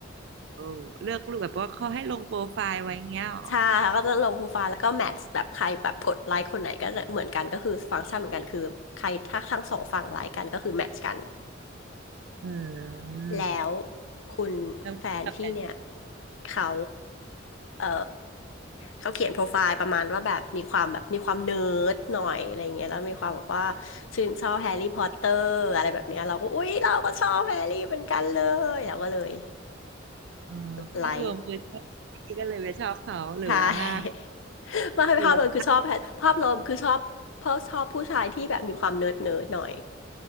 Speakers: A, on the right; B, on the left.
A: โอ้เลือกรูปแบบว่าเขาให้ลงโปรไฟล์ไว้เงี้ยหรอ
B: ใช่แล้วก็จะลงโปรไฟล์แล้วก็แมทช์แบบใครแบบกดไลค์คนไหนก็จะเหมือนกันก็คือฟังก์ชันเหมือนกันคือใครถ้าทั้งสองฝั่งไลค์กันก็คือแมทช์กัน
A: อืม
B: แล้วคุณแฟนพี่เนี่ย
A: แล้วกับแอนที่
B: เขาเออเขาเขียนโปรไฟล์ประมาณว่าแบบมีความแบบมีความเนิร์ดหน่อยอะไรเงี้ยแล้วมีความแบบว่าชื่นชอบแฮร์รี่พอตเตอร์อะไรแบบเนี้ยเราก็อุ๊ยเราก็ชอบแฮร์รี่เหมือนกันเลยเราก็เลย
A: เออภาพรวมคือชอบนี่ก็เลยไปชอบเขาหรือว่าหน้าเขา
B: ไลค์ใช่ <laughs> ไมาให้ภาพรวมคือชอบแฮร์ภาพรวมคือชอบเพราะชอบผู้ชายที่แบบมีความเนิร์ดเนิร์ดหน่อย
A: หรือว่า